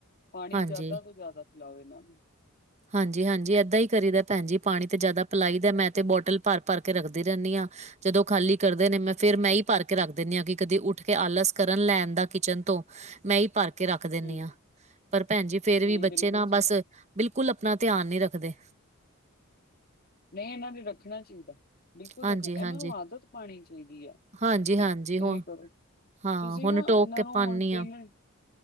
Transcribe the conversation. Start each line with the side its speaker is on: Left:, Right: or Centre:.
Left: ਪਾਣੀ
Right: ਹਾਂਜੀ,
Left: ਜ਼ਿਆਦਾ ਤੋਂ ਜ਼ਿਆਦਾ ਪਿਲਾਓ ਇਹਨਾਂ ਨੂੰ
Right: ਹਾਂਜੀ ਹਾਂਜੀ ਏਦਾਂ ਹੀ ਕਰੀਦਾ ਭੈਨ ਜੀ ਪਾਣੀ ਤੇ ਜ਼ਿਆਦਾ ਪਿਲਾਈ ਦਾ ਮੈਂ ਤੇ ਬੋਟਲ ਭਰ ਭਰ ਕੇ ਰੱਖਦੀ ਰਹਿੰਨੀ ਆ ਜਦੋਂ ਖਾਲੀ ਕਰਦੇ ਨੇ ਮੈਂ ਫਿਰ ਮੈਂ ਈ ਭਰ ਕੇ ਰੱਖ ਦਿੰਦੀ ਹਾਂ ਕਿ ਕਦੀ ਉੱਠ ਕੇ ਆਲਸ ਕਰਨ ਲੈਣ ਦਾ ਕਿਚ ਤੋਂ ਮੈਂ ਈ ਭਰ ਕੇ ਰੱਖ ਦਿੰਦੀ
Left: ਹੂੰ,
Right: ਹਾਂ ਪਰ ਭੈਣ ਜੀ ਫੇਰ
Left: ਹੂੰ
Right: ਵੀ ਬੱਚੇ
Left: ਬਿਲਕੁਲ
Right: ਨਾ ਬਸ
Left: ਸਹੀ,
Right: ਕੁਲ ਆਪਣਾ ਧਿਆਨ ਨੀ ਰੱਖਦੇ
Left: ਨਹੀਂ ਇਹਨਾਂ ਨੇ ਰੱਖਣਾ ਚਈਦਾ ਬਿਲਕੁਲ
Right: ਹਾਂਜੀ,
Left: ਰੱਖਣ ਇਹਨਾਂ
Right: ਹਾਂਜੀ,
Left: ਨੂੰ ਆਦਤ ਪਾਣੀ ਚਾਹੀਦੀ ਐ
Right: ਹਾਂਜੀ,
Left: ਵੀ
Right: ਹਾਂਜੀ
Left: ਇਹ
Right: ਹੁਣ
Left: ਕਰੋ
Right: ਹਾਂ
Left: ਤੁਸੀਂ
Right: ਹੁਣ
Left: ਨਾ
Right: ਟੋਕ
Left: ਇਹਨਾਂ
Right: ਕੇ
Left: ਨੂੰ
Right: ਪਾਨੀ
Left: ਹੁਣ ਪੇਮੈਂਟ
Right: ਆ